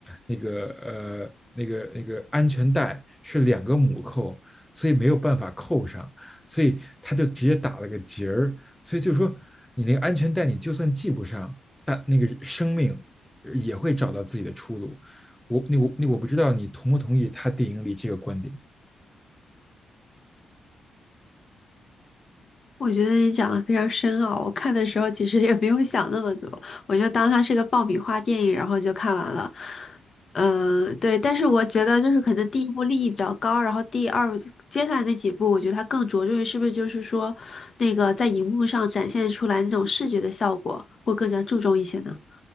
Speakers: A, in the centre; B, on the left (about 50°).
A: 那个呃。那个那个安全带是两个母扣，所以没有办法扣上。所以他就直接打了个结儿。所以就是说，你那个安全带，你就算系不上，但那个生命也会找到自己的出路。我那我那我不知道你同不同意他电影里这个观点。
B: 我觉得你讲的非常深奥，我看的时候其实也没有想那么多，我就当它是个爆米花电影，然后就看完了。嗯，对，但是我觉得就是可能第一部利益比较高，然后第二接下来那几部，我觉得它更着重于是不是就是说那个在荧幕上展现出来那种视觉的效果，会更加注重一些呢。